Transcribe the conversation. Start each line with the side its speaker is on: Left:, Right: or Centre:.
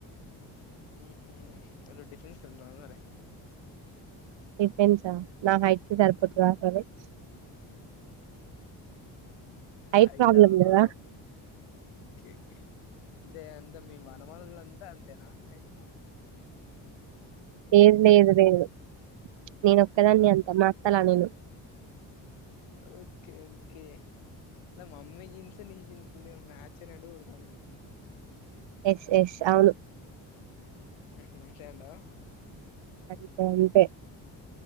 Left: ఊహ్మ్ అదే డిఫెన్స్ ఉందా మరి.
Right: డిఫెన్సా నా హైట్ కి సరిపోతుందా ఆ కాలేజ్. హైట్
Left: హైటా ప్రాబ్లం
Right: కదా
Left: ఓకే. అంతే అంతా మీ మనుమలు అంతా అంతేనా హైట్.
Right: లేదు లేదు లేదు నేను ఒక్కదాన్ని
Left: ఆ
Right: అంత మా అక్కల నేను.
Left: ఓకే ఓకే ఇగ మమ్మీ జీన్స్ నీ జీన్స్ కోంచం మ్యాచ్ అయినట్టు కొడుతుంది నాకు.
Right: ఎస్ ఎస్ అవును.
Left: ఊహ్మ్ అంతే అంటావా.
Right: ఇగ అంతే.